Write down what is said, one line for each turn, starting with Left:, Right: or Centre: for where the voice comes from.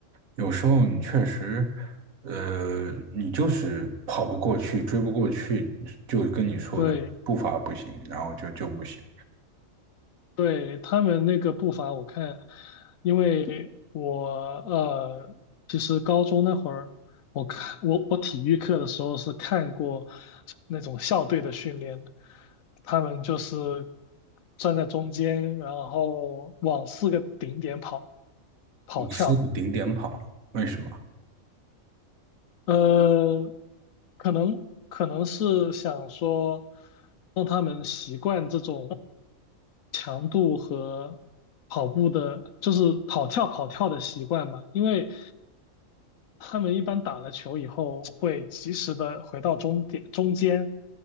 Right: 有时候你确实，呃，你就是跑不过去，追不过去，就跟你说的步伐不行，
Left: 对。
Right: 然后就就不行，
Left: 对，他们那个步伐，我看，因为我呃，其实高中那会儿，我看我我体育课的时候是看过那种校队的训练的他们就是站在中间，然后往四个顶点跑跑跳，
Right: 我四个顶点跑，为什么？
Left: 呃，可能可能是想说让他们习惯这种。强度和跑步的，就是跑跳跑跳的习惯嘛，因为他们一般打了球以后会及时的回到终点中间，